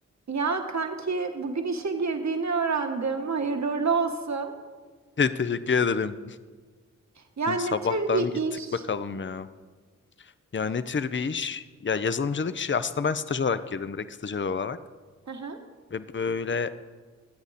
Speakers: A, on the right; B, on the left.
A: Ya kanki bugün işe girdiğini öğrendim. Hayırlı uğurlu olsun.
B: Te- Teşekkür ederim.
A: Yani
B: Gün sabahtan
A: ne tür bir
B: gittik
A: iş?
B: bakalım ya. Ya ne tür bir iş? Ya yazılımcılık işi aslında ben staj olarak girdim direkt stajyer olarak.
A: Hı hı.
B: Ve böyle